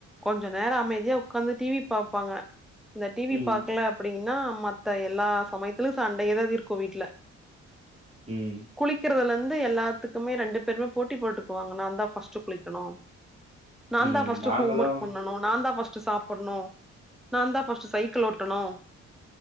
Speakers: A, in the centre; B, on the right.
A: கொஞ்ச நேரோ அமைதியா உக்காந்து டி வி பாப்பாங்க இந்த டி வி
B: ம்,
A: பாக்கல அப்டின்னா மத்த எல்லா சமயத்திலும் சண்டயே எதாவ் இருக்கும் வீட்ல
B: ம்
A: குளிக்கிறதுல இருந்து எல்லாத்துக்குமே ரெண்டு பேருமே போட்டி போட்டுக்குவாங்க நான்தா ஃபர்ஸ்ட்டு குளிக்கனு நான்
B: ம்.
A: தா ஃபர்ஸ்ட்டு
B: நாங்களும்
A: ஹோம் ஒர்க் பண்ணனு நான் தா ஃபர்ஸ்ட்டு சாப் புன்னோ நான்தா ஃபர்ஸ்ட்டு சைக்கிள் ஓட்டணு